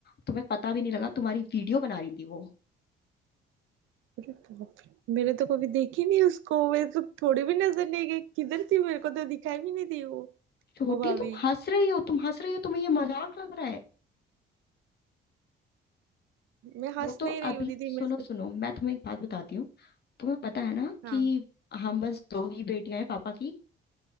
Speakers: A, on the left; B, on the right.
A: तुम्हें पता भी नहीं लगा तुम्हारी वीडियो बना रही थी वो
B: अरे बाप रे मैंने तो कभी देखी नहीं उसको मैं तो थोड़ी भी नजर नहीं गई किधर थी मेरे को तो दिखाई भी नहीं दी वो
A: छोटी
B: ओ भाभी
A: तुम हंस रही हो तुम हंस रही हो तुम्हें ये मजाक लग रहा है
B: मैं हंस
A: वो तो
B: नहीं रही
A: अभी
B: हूँ दीदी
A: सुनो
B: मैं सच-
A: सुनो मैं तुम्हें एक बात बताती हूँ तुम्हें पता है ना
B: हाँ
A: कि हम बस दो ही बेटियां हैं पापा की